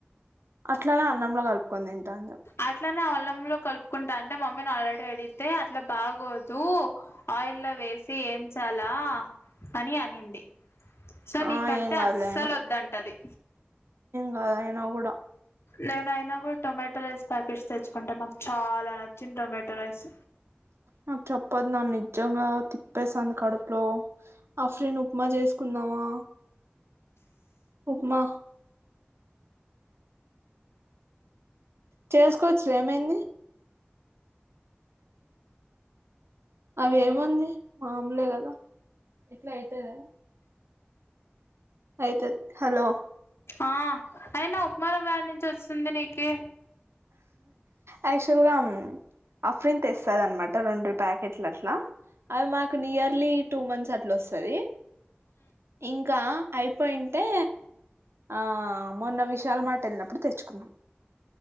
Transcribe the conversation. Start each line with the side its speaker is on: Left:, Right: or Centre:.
Right: అట్లనా అన్నంలో కలుపుకొని తింటా అని చెప్
Left: అట్లనే అల్లంలో కలుపుకుంటా అంటే మమ్మీని ఆల్రెడీ అడిగితే అట్లా బాగోదు ఆయిల్ లో వేసి ఏంచాలా అని అనింది సో నీకంటే
Right: ఆ ఏం కాదులే
Left: అస్సలు ఒద్దంటది
Right: <inaudible> నువ్వు కూడా
Left: నేనయినా గుడా టొమాటో రైస్ ప్యాకెట్స్ తెచ్చుకుంటా నాకు చాలా నచ్చింది టొమాటో రైస్
Right: నాకు చెప్పద్దు నాన్న నిజంగా తిప్పేస్తంది కడుపులో ఆఫ్రిన్ ఉప్మా చేసుకుందామా ఉప్మా చేసుకోవచ్చులే ఏమైంది. అవి ఏముంది మామూలే కదా అయితదా అయితది హలో
Left: ఆ అయినా ఉప్మా రవ్వ యాడ నుంచి వచ్ సుందనికి
Right: యాక్చువల్గా అఫ్రిన్ తెస్తుదన్నమాట రెండు ప్యాకెట్ అట్లా అవి మాకు నియర్లీ టూ మంత్స్ అట్లా వస్తది ఇంకా అయిపోయింటే ఆ మొన్న విశాల్ మార్ట్ వెళ్ళినప్పుడు తెచ్చుకున్నాం